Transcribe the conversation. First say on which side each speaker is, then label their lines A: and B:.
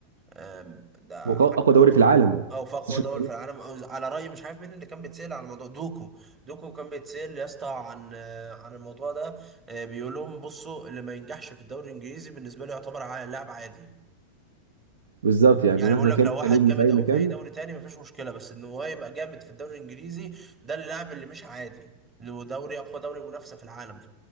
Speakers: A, on the right; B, on the right.
A: آم، ده
B: هو اقوى دوري في العالم
A: او في اقوى
B: بس
A: دول
B: النقطة دي.
A: في العالم أو على راي مش عارف مين اللي كان بيتسال على الموضوع دوكو دوكو كان بيتسال يا اسطى عن آه، عن الموضوع ده آه، بيقول لهم بصوا اللي ما ينجحش في الدوري الانجليزي بالنسبه لي يعتبر ع- لاعب عادي
B: بالظبط يعني
A: يعني
B: مهما
A: بقول لك
B: كان
A: لو
B: انت
A: واحد
B: نجم
A: جامد
B: في اي
A: قوي
B: مكان
A: في اي دوري تاني مفيش مشكله بس ان هو يبقى جامد في الدوري الانجليزي ده اللاعب اللي مش عادي انه دوري اقوى دوري منافسه في العالم